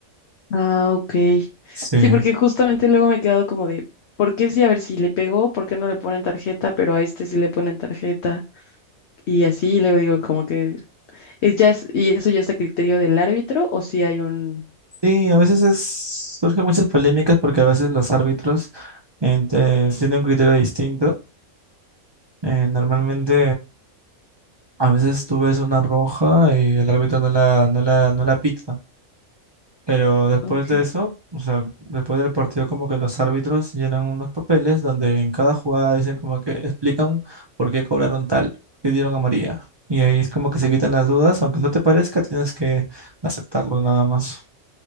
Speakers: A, on the left (about 60°); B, on the right (about 45°).
A: Ah, ok.
B: Sí.
A: Sí, porque justamente luego me he quedado como de, ¿por qué sí? A ver, si le pegó, ¿por qué no le ponen tarjeta? Pero a este sí le ponen tarjeta. Y así, y luego digo como que es ya es- y eso ya está a criterio del árbitro o si hay un
B: Sí, a veces es, surgen muchas polémicas porque a veces los árbitros en- te- tienen un criterio distinto. Eh, normalmente a veces tú ves una roja y el árbitro no la, no la, no la pita. Pero después
A: Ok.
B: de eso, o sea, después del partido, como que los árbitros llenan unos papeles donde en cada jugada dicen como que explican por qué cobraron tal, qué dieron amarilla. Y ahí es como que se quitan las dudas, aunque no te parezca, tienes que aceptarlo nada más.